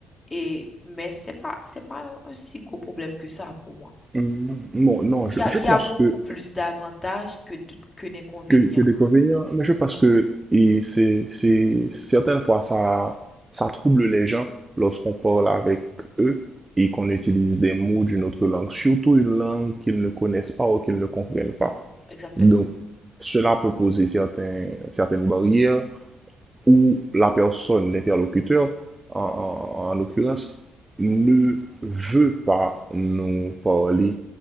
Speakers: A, on the left (about 20°); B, on the right (about 20°).
A: Et, mais c'est pas, c'est pas un si gros problème que ça pour moi.
B: mhm. Bon, non,
A: Il
B: je,
A: y a,
B: je
A: il
B: pense
A: y a beaucoup
B: que
A: plus d'avantages que de- que d'inconvénients.
B: que, que d'inconvénients, mais je pense que et c'est, c'est, certaines fois, ça, ça trouble les gens lorsqu'on parle avec eux et qu'on utilise des mots d'une autre langue, surtout une langue qu'ils ne connaissent pas ou qu'ils ne comprennent
A: Mhm.
B: pas.
A: Exactement.
B: Donc, cela peut poser certains, certaines barrières où la personne, l'interlocuteur, en,
A: Mhm,
B: en- en l'occurrence, ne veut pas nous parler